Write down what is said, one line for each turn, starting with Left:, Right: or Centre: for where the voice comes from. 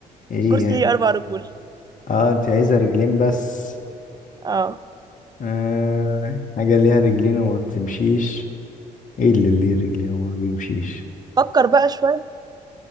Left: ايه
Right: كرسي
Left: يعني؟
Right: ليه أربع رجول
Left: اه انت عايزة رجلين بس
Right: اه
Left: آه حاجة ليها رجلين وما بتمشيش ايه اللي ليه رجلين وما بيمشيش
Right: فكر بقى شوية